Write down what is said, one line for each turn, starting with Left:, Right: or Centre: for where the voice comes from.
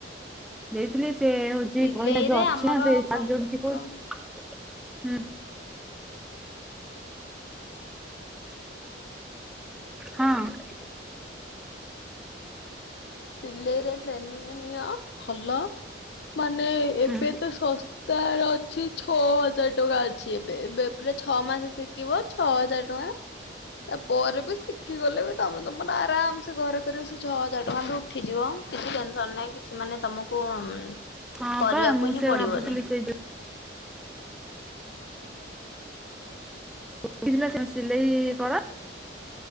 Centre: ଦେଇଥିଲି ସେ ହଉଚି
Left: ସିଲେଇରେ
Centre: କହିଲା ଯୋଉ ଅଛି
Left: ଆମର
Centre: ଆଁ ସେଇ ସାର୍
Left: କଣ
Centre: ଯୋଉଠୁ ଶିକଉ
Left: କଣ
Centre: ହୁଁ। ହଁ।
Left: ସିଲେଇରେ ଟ୍ରେନିଂ ନିଅ ଭଲ ମାନେ ଏବେ
Centre: ହୁଁ
Left: ତ ସସ ତାର ଅଛି ଛଅ ହଜାର ଟଙ୍କା ଅଛି ଏବେ। ଏବେ ପୁରା ଛଅ ମାସ ଶି କିବ ଛଅ ହଜାର ଟଙ୍କା। ତା ପରେ ବି ଶିଖିଗଲେ ବି ତୋମେ ତୋମର ଆରାମସେ ଘରେ କରିବ ସେ ଛଅ ହଜାର ଟଙ୍କା ଲୁ ଉଠିଯିବ କିଛି ଟେନସନ୍ ନାହିଁ କିଛି ମାନେ ତୋମକୁ ଉଁ,
Centre: ହଁ
Left: କରିବାକୁ
Centre: ପା ମୁଁ
Left: ହିଁ
Centre: ସେ
Left: ପଡିବନି।
Centre: ଭାବୁଥିଲି ସେଇ ତ <unintelligible> ସେମ ସିଲେଇ କର।